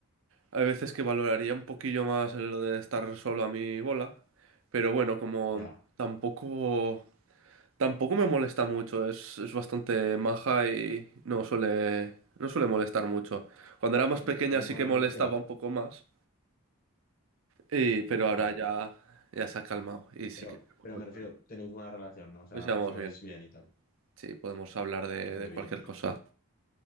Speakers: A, on the right (about 60°); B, on the left (about 40°).
A: Hay veces que valoraría un poquillo más el de estar solo a mi bola, pero bueno, como
B: Ya.
A: tampoco, tampoco me molesta mucho, es, es bastante maja y no suele, no suele molestar mucho. Cuando era más
B: ¿Ten-
A: pequeña
B: ¿Tenéis
A: sí
B: buena
A: que molestaba
B: relación?
A: un poco más, y, pero
B: Ah,
A: ahora
B: bueno.
A: ya, ya se ha calmado y sí
B: Pero,
A: que pues
B: pero
A: bueno,
B: me refiero, tenéis buena relación, ¿no? O sea,
A: nos llevamos
B: os lleváis
A: bien,
B: bien y tal.
A: sí, podemos hablar de,
B: Pues muy
A: de cualquier
B: bien, tío.
A: cosa.